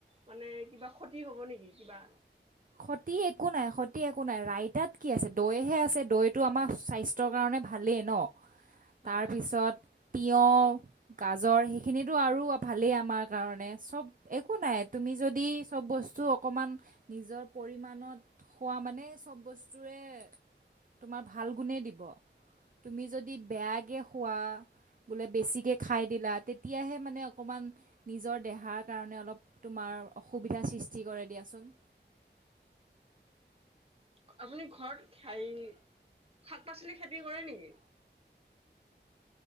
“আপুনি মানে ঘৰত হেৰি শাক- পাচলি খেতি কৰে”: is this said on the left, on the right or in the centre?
Right